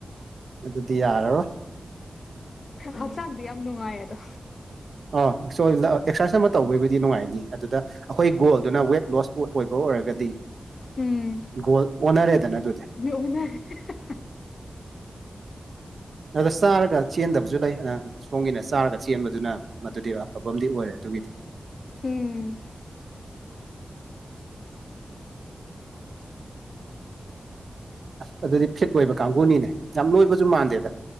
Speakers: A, on the right; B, on the left.
A: ꯑꯗꯨꯗꯤ ꯌꯥꯔꯔꯣꯏ
B: ꯍꯛꯆꯥꯡꯗꯤ ꯌꯥꯝ ꯅꯨꯡꯉꯥꯏꯌꯦ ꯑꯗꯣ
A: ꯑ ꯑꯦꯛꯁꯔꯁꯥꯏꯁ ꯑꯃ ꯇꯧꯕꯒꯤꯕꯨꯗꯤ ꯅꯨꯡꯉꯥꯏꯅꯤ ꯑꯗꯨꯗ ꯑꯩꯈꯣꯏ ꯒꯣꯜꯗꯨꯅ ꯋꯦꯠ ꯂꯣꯁ ꯑꯣꯏꯕ ꯑꯣꯏꯔꯒꯗꯤ
B: ꯎꯝ
A: ꯒꯣꯜ ꯑꯣꯟꯅꯔꯦꯗꯅ ꯑꯗꯨꯗꯤ
B: <unintelligible>
A: ꯑꯗ ꯆꯥꯔꯒ ꯆꯦꯟꯗꯕꯁꯨ ꯂꯩ ꯁꯣꯝꯒꯤꯅ ꯆꯥꯔꯒ ꯆꯦꯟꯕꯗꯨꯅ ꯃꯗꯨꯗꯤ ꯑꯐꯕ ꯑ ꯑꯣꯏꯔꯦ ꯑꯗꯨꯒꯤꯗꯤ
B: ꯎꯝ
A: ꯑꯁ ꯑꯗꯨꯗꯤ ꯐꯤꯠ ꯑꯣꯏꯕ ꯀꯥꯡꯕꯨꯅꯤꯅꯦ ꯌꯥꯝ ꯂꯣꯏꯕꯁꯨ ꯃꯥꯟꯗꯦꯗ